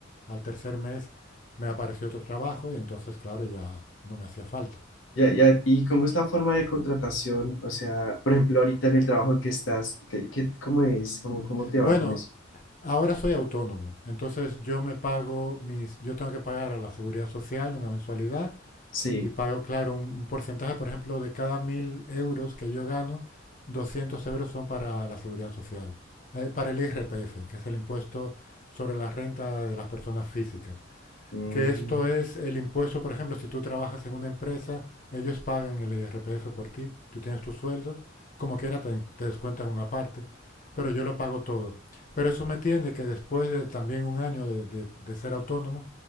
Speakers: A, on the left; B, on the left.
A: al tercer mes me apareció otro trabajo y entonces, claro, ya no me hacía falta.
B: Ya, ya, ¿y cómo es la forma de contratación? O sea, por ejemplo, ahorita en el trabajo en que estás, ¿qué, qué- cómo es? ¿Cómo, cómo te
A: Bueno,
B: va con eso?
A: ahora soy autónomo, entonces yo me pago mis, yo tengo que pagar a la seguridad social una mensualidad
B: Sí,
A: y pago, claro, un, un porcentaje, por ejemplo, de cada mil euros que yo gano, 200 euros son para la seguridad social, eh, para el IRPF, que es el impuesto sobre la renta de las personas físicas.
B: mm,
A: Que esto es el impuesto, por ejemplo, si tú trabajas en una empresa, ellos pagan el IRPF por ti, tú tienes tu sueldo, como quiera te, te descuentan una parte, pero yo lo pago todo. Pero eso me tiende que después de también un año de, de- de ser autónomo,